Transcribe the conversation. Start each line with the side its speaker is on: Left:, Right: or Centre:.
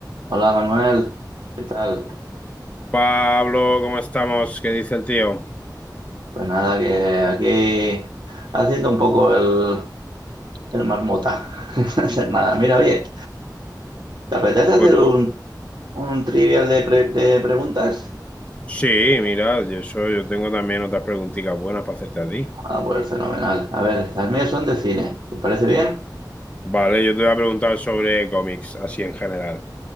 Right: Hola Manuel, ¿qué tal?
Left: Pablo, ¿cómo estamos? ¿Qué dice el tío?
Right: Pues nada, que aquí haciendo un poco el, el marmota, <laughs> no hacer nada. Mira, oye, ¿te apetece hacer
Left: Pues
Right: un, un trivial de, pre- de preguntas?
Left: sí, mira, yo, eso, yo tengo también otras preguntitas buenas para hacerte a ti.
Right: Ah, pues fenomenal. A ver, las mías son de cine, ¿te parece bien?
Left: Vale, yo te voy a preguntar sobre cómics, así en general.